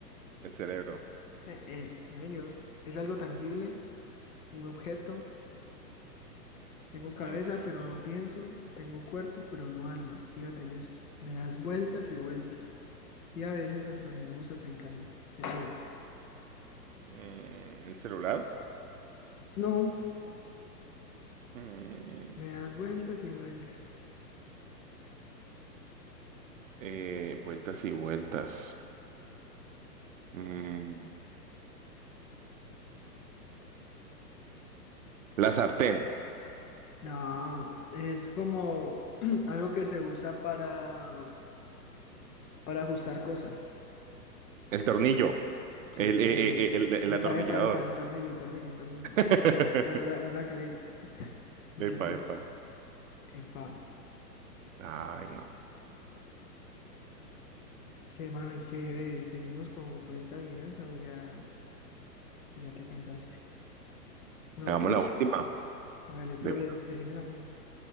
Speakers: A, on the right; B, on the left.
A: El cerebro.
B: Eh, eh, no, señor. ¿Es algo tangible? ¿Un objeto? Tengo cabeza,
A: Mm,
B: pero no pienso. Tengo cuerpo, pero no alma. Fíjate en esto. Me das vueltas y vueltas. Y a veces hasta me usas en calma. ¿Qué soy?
A: mm, el celular.
B: No,
A: Mm,
B: me das vueltas y vueltas.
A: eh, vueltas y vueltas. Mm, la sartén.
B: No, es como <clears throat> algo que se usa para, para ajustar cosas.
A: El tornillo.
B: Sí,
A: El,
B: muy
A: eh,
B: bien.
A: eh, eh, el, el
B: Epa,
A: atornillador.
B: epa, epa, el tornillo, el tornillo, el tornillo.
A: <laughs>
B: Ya no la, no la caguéis. El tornillo.
A: Epa, epa.
B: Epa,
A: Ay, no.
B: qué mano y qué ve. ¿Seguimos con, con esta adivinanza o ya, o ya te cansaste? ¿Una
A: Hagamos
B: última?
A: la última.
B: Hágale,
A: De
B: pero
A: una,
B: des- decímela a mí.